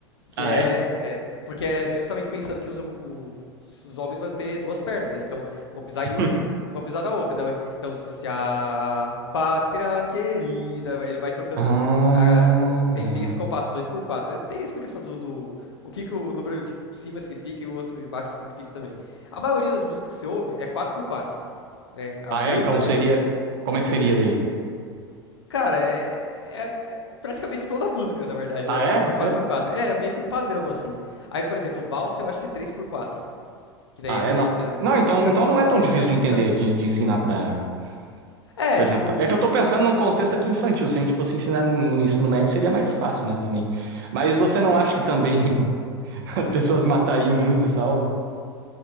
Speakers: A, on the left; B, on the right.
A: Que
B: Ah,
A: é,
B: é?
A: é, Porque é justamente pensando que os, hom- o- os homens vão ter duas pernas, né? Então vão pisar
B: <laughs>
A: em um e vão pisar na outra. Então, então se a pátria querida. Ele vai trocando.
B: Ah,
A: ah, tem, tem esse compasso dois por quatro. É, Tem a explicação do, do- O que, que o número de cima significa e o outro de baixo significa também. A maioria das músicas que você ouve é quatro por quatro, né? A
B: Ah,
A: grande
B: é? Então
A: maioria.
B: seria. Como é que seria daí?
A: Cara, é, é- é praticamente toda a música, na verdade.
B: Ah,
A: É,
B: é?
A: é é o
B: Sério?
A: quatro por quatro É meio que um padrão, assim. Aí, por exemplo, valsa eu acho que é três por quatro Que daí
B: Ah,
A: é aquele
B: é? Não,
A: tan,
B: não
A: dan,
B: então,
A: tan,
B: então não
A: tan,
B: é tão difícil
A: dan,
B: de entender,
A: tan.
B: de, de ensinar pra.
A: É,
B: Por exemplo,
A: tipo,
B: é que eu tô pensando num contexto aqui infantil. Se a gente fosse ensinar no ensino médio, seria mais fácil, né, também. Mas você
A: sim.
B: não acha que também <laughs> as pessoas matariam muito essa aula?